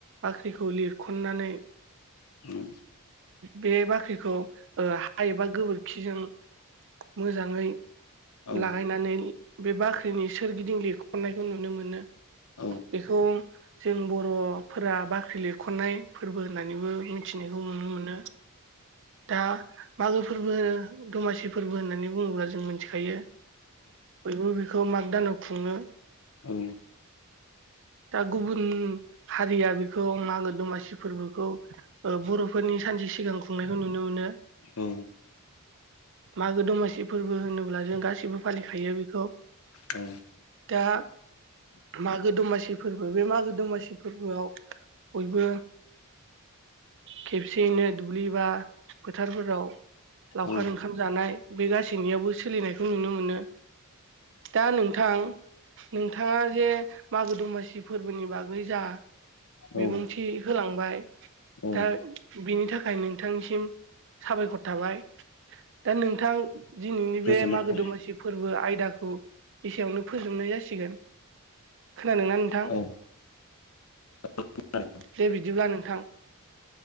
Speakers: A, on the right; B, on the left.
A: बाख्रिखौ लिरखन्नानै
B: उम
A: बे बाख्रिखौ ओ हा एबा गोबोरखिजों मोजाङै
B: औ
A: लागायनानै बे बाख्रिनि सोरगिदिं लिरखन्नायखौ नुनो मोनो
B: औ
A: बेखौ जों बर'फोरा बाख्रि लिरख'नाय फोरबो होननानैबो मिथिनायखौ नुनो मोनो दा मागो फोरबो होनो दमासि फोरबो होननानै होननानै बुङोब्ला जों मिथिखायो बयबो बेखौ माग दानाव खुङो
B: औ
A: दा गुबुन हारिया बेखौ मागो दमासि फोरबोखौ ओ बर'फोरनि सानसे सिगां सिगां खुंनायखौ नुनो मोनो
B: औ
A: मागो दमासि फोरबो होनोब्ला जों गासिबो फालिखायो बेखौ
B: औ
A: दा मागो दमासि फोरबो बे मागो दमासि फोरबोआव बयबो खेबसेयैनो दुब्लिबा फोथारफोराव लावखार
B: औ
A: ओंखाम जानाय बे गासैनियावबो सोलिनायखौ नुनो मोनो दा नोंथां नोंथाङा जे मागो दमासि सि फोरबोनि बागै जा
B: औ
A: बिबुंथि होलांबाय
B: औ
A: दा बिनि था थाखाय नोंथांनिसिम साबायखर थाबाय दा नोंथां दिनैनि
B: गोजोननाय
A: बे मागो
B: थाबाय
A: दमासि फोरबो आइ दाखौ एसेयावनो फोजोबनाय जासिगोन खोनादोंना नोंथां
B: <unintelligible>
A: दे बिदिब्ला नोंथां